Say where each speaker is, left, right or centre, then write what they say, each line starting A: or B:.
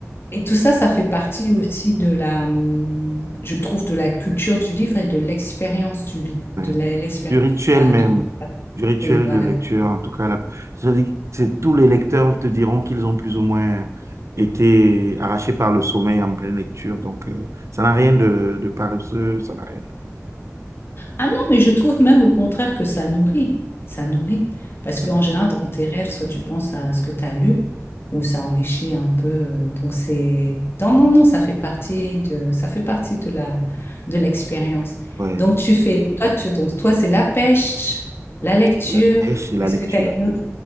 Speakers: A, on the left (about 50°); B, on the right (about 65°).
A: et tout ça, ça fait partie aussi de la, hum, je trouve, de la culture du livre et de l'expérience du livre,
B: Ouais.
A: de la- l'expérience
B: Du rituel
A: de la,
B: même,
A: de la-
B: du rituel
A: oui, voilà.
B: de lecture, en tout cas. la- c'est-à-dire que c'est- tous les lecteurs te diront qu'ils ont plus ou moins été arrachés par le sommeil en pleine lecture. Donc, euh, ça n'a rien de, de paresseux, ça n'a rien.
A: Ah non, mais je trouve même au contraire que ça nourrit. Ça nourrit. Parce qu'en
B: de-
A: général, dans tes rêves, soit tu penses à ce que tu as lu, ou ça enrichit un peu. euh, Donc c'est... Non, non, non, ça fait partie de, ça fait partie de la, de l'expérience.
B: Ouais,
A: Donc tu fais... Toi, tu... Donc, toi, c'est la pêche, la lecture.
B: la pêche et la
A: Est-ce
B: lecture.
A: que tu as une autre...